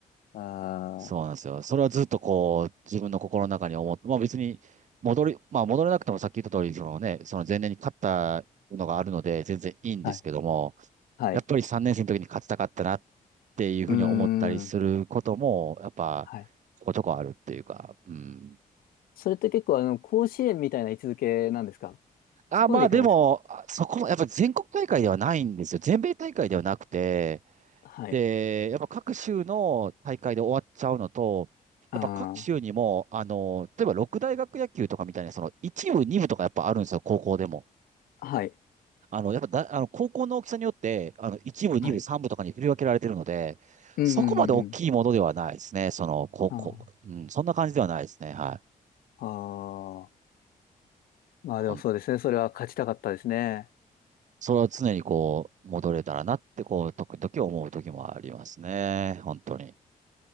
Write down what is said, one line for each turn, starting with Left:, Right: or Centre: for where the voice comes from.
Left: あ、
Right: そうなんですよ。それはずっとこう、自分の心の中に思って、まあ別に戻り、まあ戻れなくてもさっき言った通り、そのね、その前年に勝ったのがあるので、全然いいんですけども、
Left: はい。はい。
Right: やっぱり3年生の時に勝ちたかったなっていうふうに思ったりすることも、
Left: うーん。
Right: やっぱ、
Left: はい
Right: ちょこちょこあるっていうか、うん。
Left: それって結構あの、甲子園みたいな位置づけなんですか
Right: あ、
Left: そこまでいかないですか
Right: まあでも、あそこも、やっぱ全国大会ではないんですよ。全米大会ではなくて、
Left: はい。
Right: で、やっぱ各州の大会で終わっちゃうのと、やっぱ各州にも、
Left: あ
Right: あの、例えば六大学野球とかみたいな、その一部、二部とかやっぱあるんですよ、高校でも。
Left: あ、はい。
Right: あの、やっぱだ、あの、高校の大きさによって、あの、一部、二部、
Left: はい。
Right: 三部とかに振り分けられてるので、
Left: うん、
Right: そこまで大きいものではないですね、
Left: うん、うん。
Right: その、高校、
Left: うん
Right: うん、そんな感じではないですね、はい。
Left: あーあまあでもそうですね。
Right: ほん
Left: それは勝ちたかったですね。
Right: それは常にこう、戻れたらなって、こう、時々思う時もありますね、本当に。